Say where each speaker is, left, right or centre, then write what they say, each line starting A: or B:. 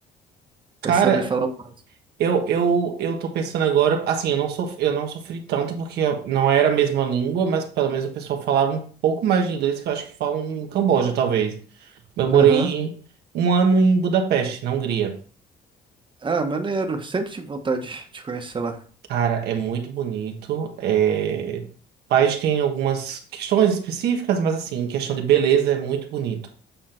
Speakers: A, on the right; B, on the right.
A: Cara,
B: vai saber falar o básico.
A: eu, eu, eu tô pensando agora, assim, eu não sof, eu não sofri tanto porque não era a mesma língua, mas pelo menos o pessoal falava um pouco mais de inglês que eu acho que falam no Camboja, talvez. Eu morei
B: Aham.
A: um ano em Budapeste, na Hungria.
B: Ah, maneiro. Sempre tive vontade de conhecer lá.
A: Cara, é muito bonito. É... O país tem algumas questões específicas, mas assim, em questão de beleza é muito bonito.